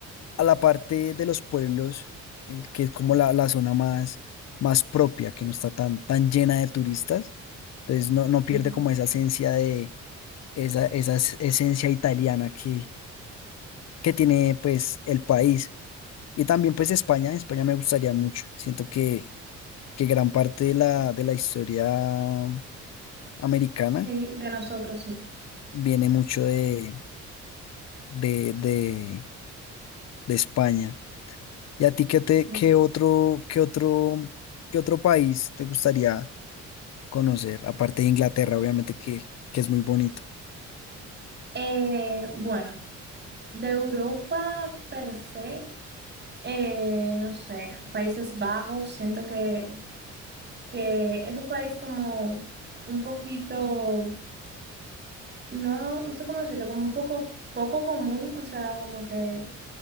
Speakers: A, on the left; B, on the right.
A: a la parte de los pueblos, eh, que es como la, la zona más, más propia, que no está tan, tan llena de turistas. Entonces no, no pierde
B: mm,
A: como esa esencia de esa, esa es- esencia italiana que, que tiene pues el país. Y también pues España, España me gustaría mucho. Siento que, que gran parte de la, de la historia americana
B: sí, de nosotros sí.
A: viene mucho de, de, de, de España. ¿Y a ti qué te,
B: Sí.
A: qué otro, qué otro, qué otro país te gustaría conocer? Aparte de Inglaterra, obviamente que, que es muy bonito.
B: Eh, bueno, de Europa per se, eh, no sé, Países Bajos, siento que que es un país como un poquito, no, no sé cómo decirlo, como un poco, poco común, o sea, como que